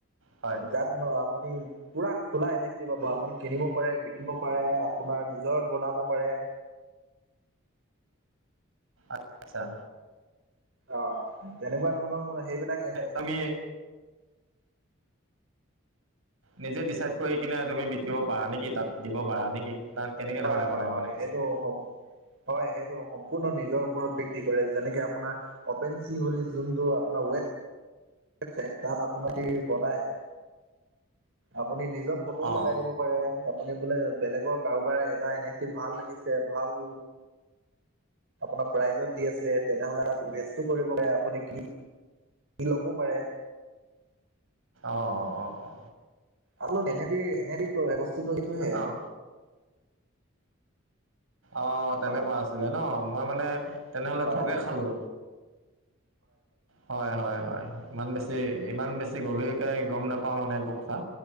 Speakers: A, on the right (about 80°); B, on the right (about 65°).
A: হয়।
B: যাত আপুনি পুৰা খোলা এনেফ টি পাব আপুনি কিনিব পাৰে, বিকিব পাৰে, আপোনাৰ নিজৰ বনাব পাৰে।
A: অ <inaudible> আচ্ছা।
B: অ তেনেকুৱা ধৰণৰ সেইবিলাক এনে
A: এ তুমি নিজে ডিচাইড কৰি কিনে তুমি বিকিব পাৰা নেকি, তাত দিব পাৰা নেকি? না কেনেকৈ
B: হয়
A: ধৰণে বনাই
B: হয় হয়
A: মানে বস্তুটো
B: সেইটো হয় সেইটো সম্পূৰ্ণ নিজৰ ওপৰত ভিত্তি কৰে যেনেকে আপোনাৰ অপেনঞ্চি বুলি যোনটো আপোনাৰ ৱে ইট তাত আপোনাৰ কি বনাই আপুনি নিজৰ ফটোও
A: অঁ
B: লগাই দিব পাৰে আপুনি বোলে বেলেগৰ কাৰোবাৰে এটা এন এফ টি ভাল লাগিছে ভাল। আপোনাৰ প্ৰাইজত দি আছে তেনেহ'লে তাত উভেচটো কৰিব পাৰে আপুনি কি কি ল'বও পাৰে
A: অ অ অ অ
B: অলপ এনে এনে বস্তুতটো সেইটোহে
A: অঁ অ তেনেকুৱা
B: হয়
A: আছিলে ন মই মানে। তেনেহলে
B: হয়
A: ঠগে
B: হয়
A: খালো হয় হয় হয়। ইমান বেছি ইমান বেছি গভীৰকে গম নাপাওঁ মানে এইবোৰ কথা